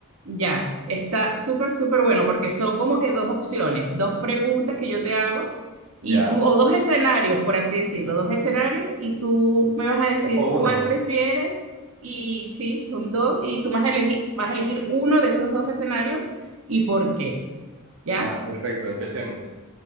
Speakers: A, on the right (about 75°); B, on the right (about 60°).
A: Ya, está súper, súper bueno porque son como que dos opciones, dos preguntas que yo te hago y
B: Ya.
A: tú, o dos escenarios, por así decirlo, dos escenarios y tú me vas a decir
B: Ojo
A: cuál
B: uno.
A: prefieres y sí, son dos y tú vas a elegir, vas a elegir uno de esos dos escenarios y por qué, ¿ya?
B: Va, perfecto, empecemos.